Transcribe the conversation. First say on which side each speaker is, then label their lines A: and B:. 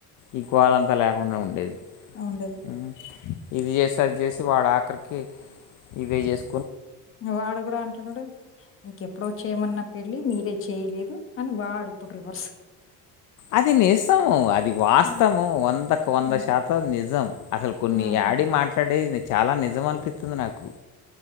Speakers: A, on the left; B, on the left.
A: ఈ గోలంతా లేకుండా ఉండేది
B: అ ఉండేద్
A: ఉం, ఇది చేసి అది చేసి వాడు ఆఖరికి ఇవే చేస్
B: వాడు కూడ అంటున్నడు నీకెప్పుడో చేయమన్నా పెళ్ళి మీరే చేయలేదు అని వాడిప్పుడు రివర్స్
A: అది నిజము అది వాస్తవము
B: ఆ,
A: వందకు వంద
B: ఆ,
A: శాతం నిజం అసలు కొన్ని
B: ఆ.
A: అడే మాట్లాడేది చాలా నిజం అనిపిస్తుంది నాకు